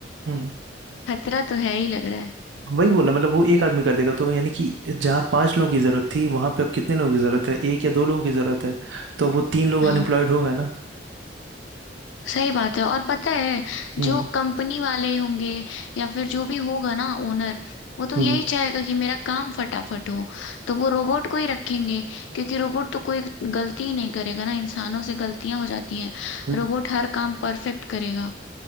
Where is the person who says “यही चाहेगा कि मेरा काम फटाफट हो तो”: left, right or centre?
Left